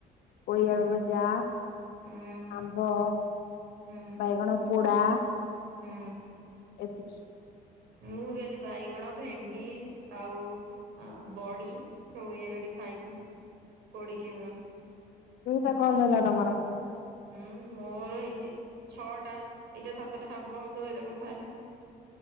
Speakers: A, on the left; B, on the right.
A: ପୋଇଆଳୁ ଭଜା,
B: ହୁଁ
A: ଆମ୍ବ,
B: ହୁଁ
A: ବାଇଗଣ ପୋଡା।
B: ହୁଁ
A: ଏତିକି।
B: ମୁଁ ବି ଆଜି ବାଇଗଣ, ଭେଣ୍ଡି ଆଉ ବଡି। ସବୁ ଇଏ କରିି ଖାଇଛି। ପୋଡିକି ପୁରା
A: ତୁ ତା <unintelligible>
B: ହୁଁ ମୋର ହେଇଛି ଛଅଟା, ଏଇଟା ସାତଟା ହବ ତୋ ସହିତ କଥା ହେଲେ।